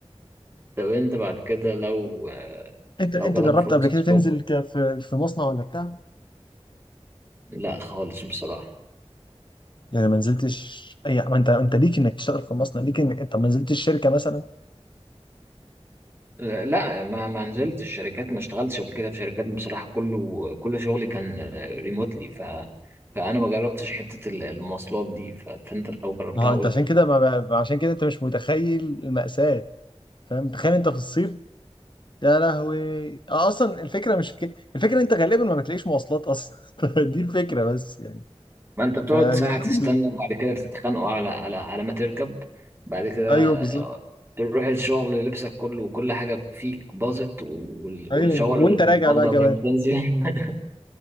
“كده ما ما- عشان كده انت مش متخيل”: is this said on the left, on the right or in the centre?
Left